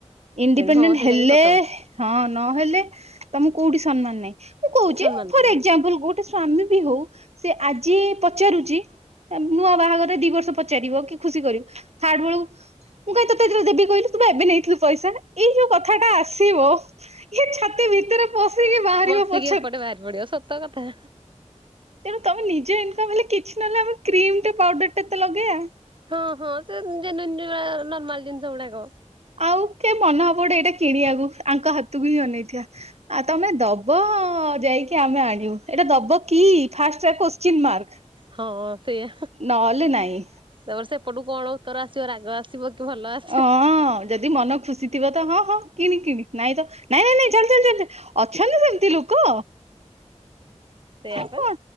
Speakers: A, on the right; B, on the right.
A: ଇଣ୍ଡିପେଣ୍ଡେଣ୍ଟ
B: ହଁ ସେଇଟା
A: ହେଲେ
B: କିନ୍ତୁ ସତ କଥା।
A: ହଁ ନହେଲେ ତମ କୋଉଠି ସମ୍ମାନ ନାହିଁ ମୁଁ କହୁଛି
B: ସମ୍ମାନ
A: ଫର୍
B: ନାହିଁ
A: ଏଜାମ୍ପଲ କୋଠି ଗୋଟେ ସ୍ଵାମୀ ବି ହଉ ସେ ଆଜି ପଚାରୁଛି। ନୂଆ ବାହାଘରେ ଦି ବର୍ଷ ପଚାରିବ କି ଖୁସି କରିବ ଥାର୍ଡ ବେଳକୁ ମୁଁ କହିଁ ତରେ ଦେବିହିଲୁ ତୁ ଏବେ ନେଇଥିଲୁ ପଇସା ଏଇ ଯୋଉ କଥା ଟା ଆସିବ ଇ ଛାତି ଭିତରେ ପଶିକି ବାହାର
B: ବସିକି ଏପଟେ ବାହାରି ପଡିଆ ସତ କଥା।
A: ତେଣୁ ତମେ ନିଜ ଇନମ ହେଲେ କିଛି ନହେଲେ ଆମେ କ୍ରିମ ଟ ପାଉଡର ଟା ତେ ଲଗେଇବା।
B: ହଁ ହଁ ସେ ଜନ ନର୍ମାଲ ଜିନିଷ ଗୁଡାକ।
A: ଆଉ କି ମନ ହବୋଡେ ଏଇଟା କିଣିବାକୁ ଆଙ୍କ ହାତକୁ ହିଁ ଅନେଇଥିବା। ଆ ତମେ ଦବ ଯାଇକି ଆମେ ଆଣିବୁ ଏଇଟା ଦବ କି ଫାଷ୍ଟ କଶ୍ଚିନ୍ ମାର୍କ।
B: ହଁ ସେଇଆ
A: ନହେଲେ ନାଇଁ।
B: ତାପରେ ସେପଟକୁ କଣ ଉତ୍ତର ଆସିବ ରାଗ ଆସିବ କି ଭଲ ଆସିବ।
A: ହଁ ଯଦି ମନ ଖୁସି ଥିବ ତ ହଁ ହଁ କିଣି କିଣି ନାଇଁ ତ ନାଇ ନାଇ ନାଇଁ ଚାଲ ଚାଲ ଚାଲ ଅଛନ୍ତି ସେମିତି ଲୋକ।
B: ସେଇଆ
A: ଆଉ
B: ପା
A: କଣ